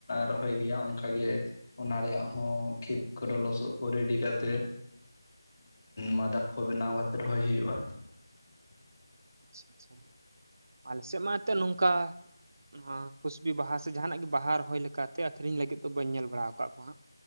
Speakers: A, on the left (about 40°); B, on the right (about 40°).
A: ᱨᱚᱦᱚᱭ ᱜᱮᱭᱟ ᱚᱱᱠᱟ ᱜᱮ ᱚᱱᱟ ᱨᱮᱭᱟᱜ ᱦᱚᱸ ᱠᱷᱮᱛ ᱠᱚᱨᱮ ᱞᱚᱥᱚᱫ ᱠᱚ ᱨᱮᱰᱤ ᱠᱟᱛᱮ, ᱢᱟᱫᱟ ᱠᱚ ᱵᱮᱱᱟᱣ ᱠᱟᱛᱮᱜ ᱨᱚᱦᱚᱭ ᱦᱩᱭᱩᱜᱼᱟ
B: ᱟᱪᱷᱟ ᱟᱪᱪᱷᱟ ᱟᱞᱮ ᱥᱮᱫ ᱢᱟ ᱮᱱᱛᱮ ᱱᱚᱝᱠᱟ ᱱᱚᱣᱟ ᱠᱩᱥᱵᱤ ᱵᱟᱦᱟ ᱥᱮ ᱡᱟᱦᱟᱱᱟᱜ ᱜᱮ ᱵᱟᱦᱟ ᱨᱚᱦᱚᱭ ᱞᱮᱠᱟᱛᱮ ᱟᱠᱷᱨᱤᱧ ᱞᱟᱹᱜᱤᱫ ᱫᱚ ᱵᱟᱹᱧ ᱧᱮᱞ ᱵᱟᱲᱟ ᱟᱠᱟᱫ ᱠᱚᱣᱟ ᱦᱟᱸᱜ᱾